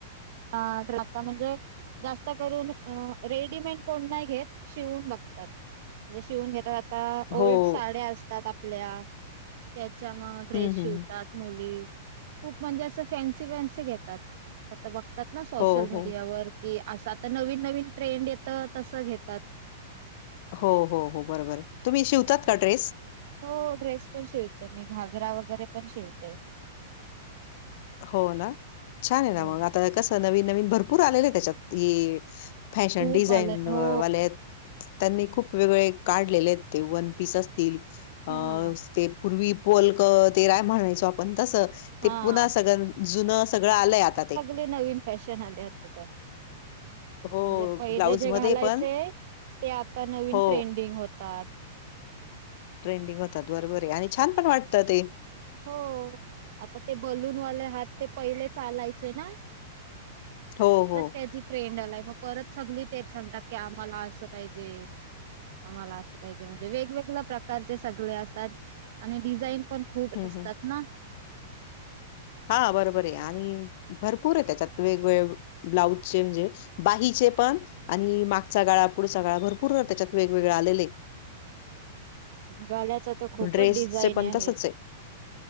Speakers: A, on the right; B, on the left.
A: आ ट्रान्झा म्हणजे? जास्त करून रेडीमेड कोण नाही घेत शिवून बघतात. जे शिवून घेतात. आता
B: हो.
A: ओल्ड साड्या असतात आपल्या त्याच्या मग ड्रेस
B: हं, हं.
A: शिवतात. मुली खूप म्हणजे असं फॅन्सी-फॅन्सी घेतात आता बघ. ना सोशल
B: हो, हो.
A: मीडियावर की असं आता नवीन-नवीन ट्रेंड येतं तसं घेतात.
B: हो-हो-हो बरोबर तुम्ही शिवतात का ड्रेस?
A: हो ड्रेस पण शिवते मी घागरा वगैरे पण शिवते.
B: हो ना छान आहे ना
A: हो.
B: मग आता कसं नवीन-नवीन भरपूर आलेले आहे त्याच्यात फॅशन
A: खूप
B: डिझाईन
A: आलेत हो
B: वाले त्यांनी खूप वेगळे काढलेलेत ते वन पीस असतील
A: हा.
B: अ ते पूर्वी पोलक ते राय म्हणायचो आपण तसं.
A: हा.
B: सग जुनं सगळं आलंय आता ते.
A: ती नवीन फॅशन आले आता तर.
B: हो,
A: म्हणजे पहिले
B: ब्लाऊजमध्ये
A: जे घालायचे
B: पण
A: ते आता नवीन
B: हो,
A: ट्रेंडिंग होतात.
B: ट्रेंडिंग होतात बरोबर आहे आणि छान पण वाटतं ते.
A: हो आता ते बलून वाले हात ते पहिले चालायचे ना. <unintelligible>
B: हो, हो.
A: ट्रेंड आलाय मग परत सगली तेच सांगतात की आम्हाला असं पाहिजे. आम्हाला असं पाहिजे म्हणजे वेगवेगळ्या प्रकारचे सगळे असतात आणि डिझाईन पण खूप
B: हं,
A: असतात
B: हं.
A: ना.
B: हा बरोबर आहे आणि भरपूर आहे त्याच्यात वेगवेग ब्लाऊजचे म्हणजे बाहीचे पण. आणि मागचा गाळा पुढचा गाळा भरपूर त्याच्यात वेगवेगळे आलेले.
A: गळ्याचा तर खूपच
B: ड्रेसचे
A: डिझाईन
B: पण
A: आहेत.
B: तसंच आहे.